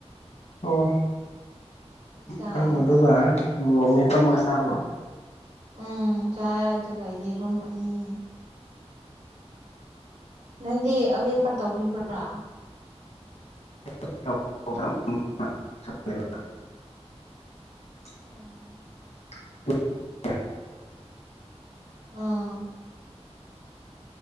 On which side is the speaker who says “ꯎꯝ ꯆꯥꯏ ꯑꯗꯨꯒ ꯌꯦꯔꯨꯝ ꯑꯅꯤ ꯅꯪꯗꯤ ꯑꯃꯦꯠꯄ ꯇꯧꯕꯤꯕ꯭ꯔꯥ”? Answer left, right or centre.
Right